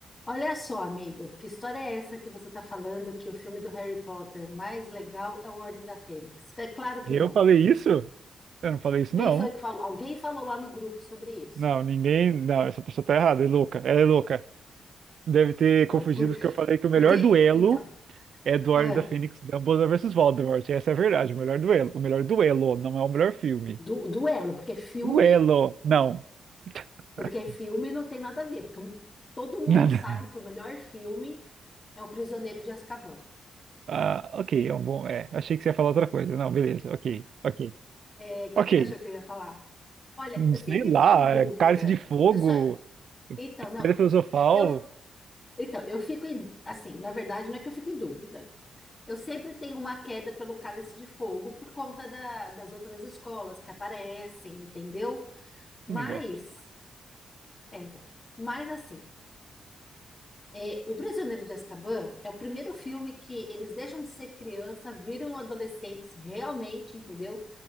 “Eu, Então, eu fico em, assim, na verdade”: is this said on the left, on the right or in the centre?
Left